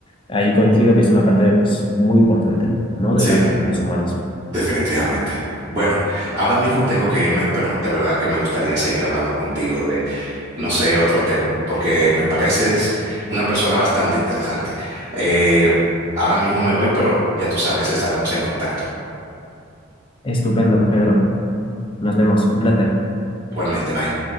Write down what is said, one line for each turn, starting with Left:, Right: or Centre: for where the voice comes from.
Left: Ahí coincido que es una parte pues, muy importante, ¿no? de
Right: Sí.
Left: las relaciones humanas.
Right: Definitivamente. Bueno, ahora mismo tengo que irme, pero de verdad que me gustaría seguir hablando contigo de, no sé, otro tema, porque me pareces una persona bastante interesante. Eh, ahora mismo me voy, pero ya tú sabes, estaremos en contacto.
Left: Estupendo, Pedro. Nos vemos. Un placer.
Right: Igualmente, bye.